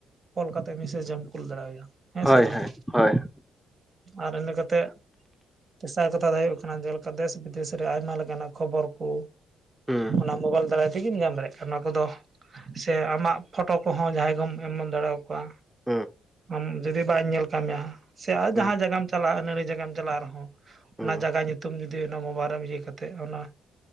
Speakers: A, on the right; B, in the centre.
A: ᱠᱚᱞ ᱠᱟᱛᱮ ᱢᱮᱥᱮᱡ ᱮᱢ ᱠᱩᱞ ᱫᱟᱲᱮᱣᱟᱭᱟ ᱦᱮᱸ
B: ᱦᱳᱭ
A: ᱥᱮ ᱵᱟᱝ?
B: ᱦᱳᱭ ᱦᱳᱭ
A: ᱟᱨ ᱤᱱᱟᱹ ᱠᱟᱛᱮ ᱛᱮᱥᱟᱨ ᱠᱟᱛᱷᱟ ᱫᱚ ᱦᱩᱭᱩᱜ ᱠᱟᱱᱟ ᱡᱮᱞᱮᱠᱟ ᱫᱮᱥ ᱵᱤᱫᱮᱥ ᱨᱮ ᱟᱭᱢᱟ ᱞᱮᱠᱟᱱᱟᱜ ᱠᱷᱚᱵᱚᱨ ᱠᱚ
B: ᱦᱩᱸ
A: ᱚᱱᱟ ᱢᱳᱚᱜᱟᱭᱚᱞ ᱫᱟᱨᱟᱭ ᱛᱮᱜᱮᱢ ᱧᱟᱢ ᱫᱟᱲᱮᱭᱟᱜ ᱠᱟᱱᱟ ᱚᱱᱟ ᱠᱚᱫᱚ ᱥᱮ ᱟᱢᱟᱜ ᱯᱷᱳᱚᱴᱳ ᱠᱚᱦᱚᱸ ᱡᱟᱦᱟᱸᱭ ᱜᱮᱢ ᱮᱢᱚᱱ ᱫᱟᱲᱮᱭᱟᱠᱚᱣᱟ
B: ᱦᱩᱸ
A: ᱟᱢ ᱡᱩᱫᱤ ᱵᱟᱭᱧ ᱧᱮᱞ ᱠᱟᱢ ᱢᱮᱭᱟ ᱥᱮ ᱟᱨ
B: ᱦᱩᱸ
A: ᱡᱟᱦᱟᱸ ᱡᱟᱭᱜᱟᱢ ᱪᱟᱞᱟᱜ-ᱟ ᱱᱟᱹᱲᱤ ᱡᱜᱟᱢ ᱪᱟᱞᱟᱜ ᱨᱮᱦᱚᱸ
B: ᱦᱩᱸ
A: ᱚᱱᱟ ᱡᱟᱭᱜᱟ ᱧᱩᱛᱩᱢ ᱡᱩᱫ ᱫᱤ ᱚᱱᱟ ᱢᱳᱵᱟᱭᱤᱞ ᱨᱮᱢ ᱤᱭᱟᱹ ᱠᱟᱛᱮᱫ ᱚᱱᱟ